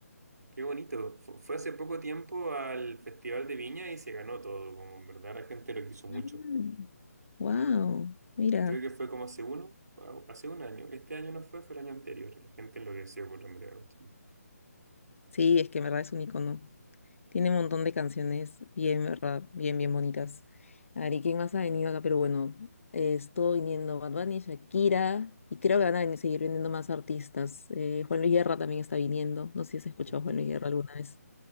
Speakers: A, on the right; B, on the left.
A: Qué bonito. Fu- Fue hace poco tiempo al Festival de Viña y se ganó todo. Como en verdad la gente lo quiso mucho.
B: Ah. Wow, mira.
A: Y creo que fue como hace uno, o hace un año. Este año no fue, fue el año anterior. La gente enloqueció por Andrea Agustín.
B: Sí, es que en verdad es un icono. Tiene un montón de canciones bien, ¿verdad? Bien, bien bonitas. A ver, ¿y quién más ha venido acá? Pero bueno, eh, estuvo viniendo Bad Bunny, Shakira, y creo que van a venir- seguir viniendo más artistas. Eh, Juan Luis Guerra también está viniendo. No sé si has escuchado
A: Ujú.
B: a Juan Luis Guerra alguna vez.